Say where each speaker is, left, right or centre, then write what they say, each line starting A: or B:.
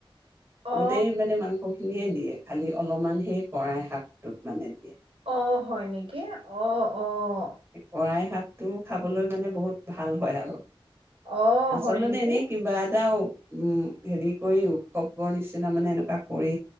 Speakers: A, on the right; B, on the right.
A: অ
B: গোটেই মানে মাংস খিনিয়ে দিয়ে। খালি অলপমান সেই কৰাই শাকটোত মানে দি
A: অ হয় নি কি অঁ অঁ
B: কৰাই শাকটো খাবলৈ মানে বহুত ভাল হয় আৰু।
A: অ
B: আচলতে
A: হয় নেকি
B: এনেই কিবা এটাও উম হেৰি কৰি উৎসৱবৰ নিচিনা মানে এনেকুৱা কৰি